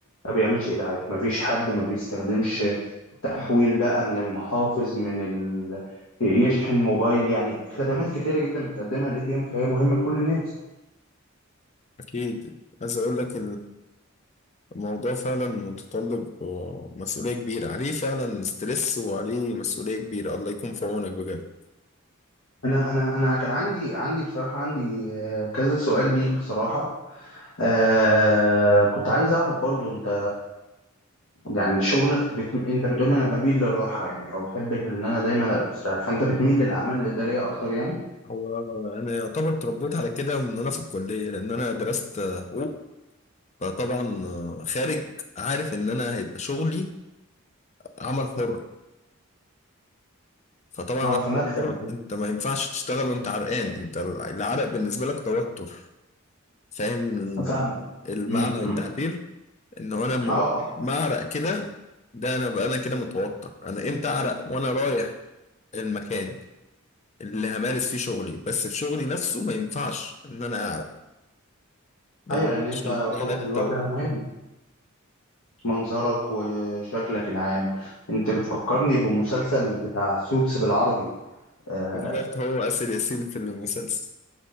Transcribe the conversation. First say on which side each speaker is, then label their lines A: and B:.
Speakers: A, on the left; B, on the left.
A: ما بيعملش ايداعات ما فيش حد ما بيستخدمش تحويل بقى من المحافظ من ال... يشحن موبايل يعني خدمات كتيره جدا بتقدمها الاي تي ام فهي مهمه لكل الناس
B: أكيد عايز أقول لك الموضوع فعلا متطلب آه، مسؤولية كبيرة عليه فعلا ستريس وعليه مسؤولية كبيرة الله يكون في عونك بجد
A: انا انا انا كان عندي عندي بصراحه عندي آه، كذا سؤال ليك بصراحه آه كنت عايز أعرف برضو أنت يعني شغلك بت... أنت بتقول لي أنا بميل للراحة يعني أو بحب إن أنا دايما أبقى مستريح فأنت بتميل للأعمال الإدارية أكتر يعني؟
B: هو أنا يعتبر اتربيت على كده من وأنا في الكلية لأن أنا درست آه، حقوق فطبعا آه، خارج عارف إن أنا هيبقى شغلي عمل حر فطبعا
A: أه
B: العمل
A: في مكتب
B: الحر
A: وكده
B: أنت ما ينفعش تشتغل وأنت عرقان أنت العرق بالنسبة لك توتر فاهم
A: فاهمك
B: المعنى
A: أمم،
B: والتعبير
A: أمم.
B: إن هو أنا مجرد
A: أه أه
B: ما أعرق كده ده انا بقى انا كده متوتر انا امتى اعرق وانا رايح المكان اللي همارس فيه شغلي بس في شغلي نفسه ما ينفعش ان انا اعرق ما
A: أيوه
B: ينفعش
A: لأن أنت
B: يبقى
A: طبعا
B: لها التوتر
A: الواجهة مهمة منظرك وشكلك العام أنت بتفكرني بمسلسل بتاع سوتس بالعربي آه،
B: بالذات هو آسر ياسين في المسلسل